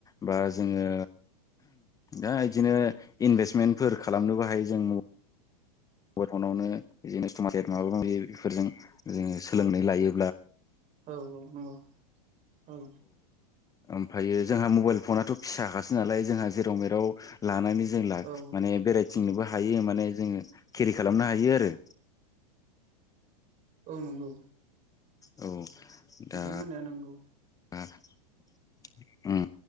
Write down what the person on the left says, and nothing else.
बा जोङो दा इदिनो इनभेस्टमेन्टफोर खालामनोबो हायो जों मबेल फनावनो <inaudible> माबा माबि बेफोरजों जोङो सोलोंनानै लायो
ओमफ्रायो जोंहा मबाइल फनाथ' फिसााखासो नालाय जोंहा जेराव मेराव लानानै जों ला
माने बेरायथिंनोबो हायो माने जोङो केरि खालामनो हायो आरो
औ दा
<inaudible> <unintelligible> उम